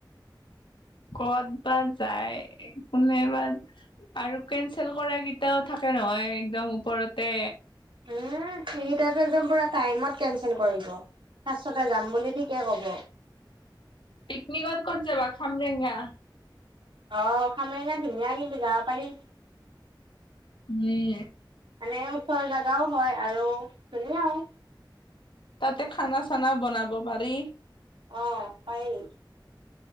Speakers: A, on the left; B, on the right.
A: ক'ত বা যায় কোনেবা আৰু কেনচেল কৰা কেইটাও থাকে নহয় একদম ওপৰতে।
B: উম সেই কেইটা টো একদম টাইমত কেঞ্চেল কৰিব। টাছতে যাম বুলি ঠিকে ক'ব।
A: পিকনিকত ক'ত যাবা খামৰেঙা।
B: অ খামৰেঙা ধুনীয়া কিন্তু যাব পাৰি।
A: ইয়ে।
B: মানে ওচৰ জেগাও হয় আৰু ধুনিয়াও।
A: তাতে খানা চানা বনাব পাৰি।
B: অ পাৰি।